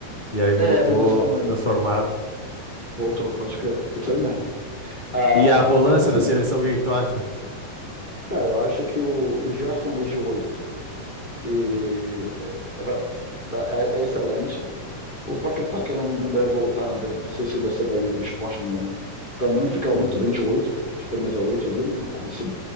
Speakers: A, on the left; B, on the left.
A: E aí voltou
B: É, tem isso também.
A: transformado.
B: Voltou, pode crer. Isso aí mesmo. Ah,
A: E a volância
B: mas assim,
A: da seleção, o que que tu acha?
B: cara, eu acho que o, o Gerson League 8 e- é, é é excelente. O Paquetá, que não, não deve voltar, né? Deve- Não sei se vai ser banido do esporte ou não, né? Também ficava
A: Uhum.
B: muito bem de 8, de camisa 8 ali, né? Como seg-